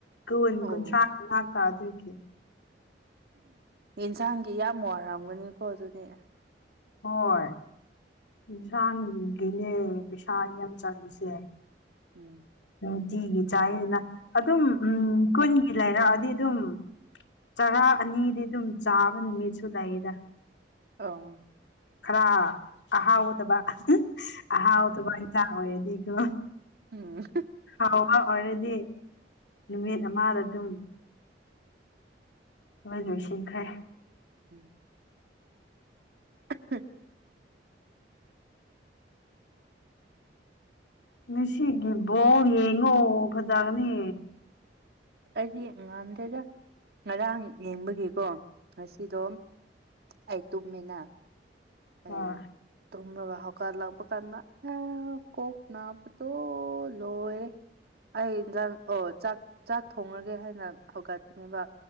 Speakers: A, on the left (about 85°); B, on the right (about 60°).
A: ꯀꯨꯟ
B: ꯑꯣ
A: ꯀꯨꯟꯊ꯭ꯔꯥ ꯉ ꯀꯥ ꯑꯗꯨꯣꯏꯒꯤ
B: ꯌꯦꯟꯁꯥꯡꯒꯤ ꯌꯥꯝ ꯋꯥꯔꯝꯒꯅꯤꯀꯣ ꯑꯗꯨꯗꯤ
A: ꯍꯣꯏ ꯑꯦꯟꯁꯥꯡꯒꯤꯅꯦ ꯄꯩꯁꯥ ꯌꯥꯝ ꯆꯥꯂꯤꯁꯦ
B: ꯎꯝ
A: ꯎꯝ ꯇꯤꯒꯤ ꯆꯥꯏꯅ ꯑꯗꯨꯝ ꯎꯝ ꯀꯨꯟꯒꯤ ꯂꯩꯔꯛꯑꯗꯤ ꯑꯗꯨꯝ ꯆꯔꯥ ꯑꯅꯤꯗꯤ ꯑꯗꯨꯝ ꯆꯥꯕ ꯅꯨꯃꯤꯠꯁꯨ ꯂꯩꯗ
B: ꯑꯥꯎ
A: ꯈꯔ ꯑꯍꯥꯎꯗꯕ ꯑꯍꯥꯎꯗꯕꯟꯁꯥꯡ ꯑꯣꯔꯗꯤ ꯀꯣ
B: ꯎꯝ
A: ꯍꯥꯎꯕ ꯑꯣꯏꯔꯗꯤ ꯅꯨꯃꯤꯠ ꯑꯃꯗ ꯑꯗꯨꯝ ꯂꯣꯏ ꯂꯣꯏꯁꯤꯈ꯭ꯔꯦ
B: ꯎꯝ inaudible
A: ꯉꯁꯤꯒꯤ ꯕꯣꯜ ꯌꯦꯡꯉꯣ ꯐꯖꯒꯅꯤ
B: ꯑꯩꯗꯤ ꯉꯥꯟꯗꯦꯗ ꯉꯔꯥꯡ ꯌꯦꯡꯕꯒꯤꯀꯣ ꯉꯁꯤꯗꯣ ꯑꯩ ꯇꯃꯤꯅꯥ
A: ꯍꯣꯏ
B: ꯑꯩ ꯇꯨꯝ ꯍ ꯀꯥꯗ ꯂꯥꯛꯄ ꯀꯥꯟꯗ ꯀꯣꯛꯅꯄ ꯇ ꯂꯣꯏꯔꯦ
A: <unintelligible>
B: ꯑꯩ ꯏꯟꯖꯥꯡ ꯑꯣ ꯆꯥꯛ ꯆꯥꯛ ꯊꯣꯡꯉꯒꯦ ꯍꯥꯏꯅ ꯍꯧꯒꯠꯄꯅꯦꯕ